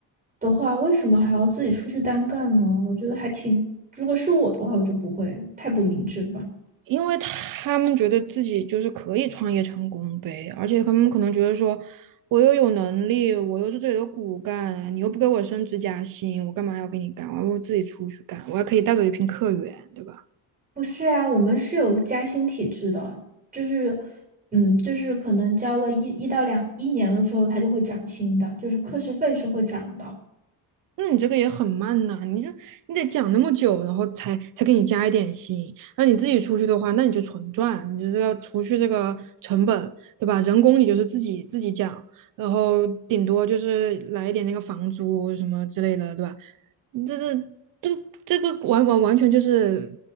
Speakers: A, on the right; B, on the right.
A: 的话，为什么还要自己出去单干呢？我觉得还挺，如果是我的话，我就不会，太不明智了吧。
B: 因为他们觉得自己就是可以创业成功呗，而且他们可能觉得说，我又有能力，我又是这里的骨干，你又不给我升职加薪，我干嘛要给你干？我还不如自己出去干，我还可以带走一批客源，对吧？
A: 不是啊，我们是有加薪体制的，就是，嗯，就是可能交了一一到两一年的时候，它就会涨薪的，就是课时费是会涨的。
B: 那你这个也很慢呐、你这你得讲那么久，然后才才给你加一点薪。那你自己出去的话，那你就纯赚，你就是要除去这个成本，对吧？人工你就是自己自己讲，然后顶多就是来一点那个房租什么之类的，对吧？这这这这个完完完全就是